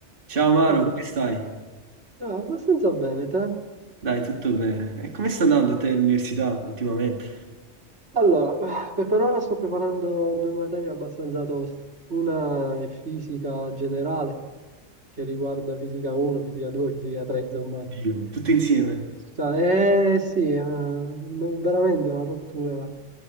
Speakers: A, on the right; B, on the right.
A: Ciao Maro,
B: Ehi,
A: come stai?
B: ah, abbastanza bene, te?
A: Dai, tutto bene. E come sta andando a te l'università ultimamente?
B: Allora, <sighs> eh, per ora sto preparando due materie abbastanza toste. Una è fisica generale, che riguarda fisica 1, fisica 2, fisica 3, insomma.
A: Oddio, tutto insieme.
B: Eh, tutta- eh, sì, eh, no- veramente una rottura. guarda.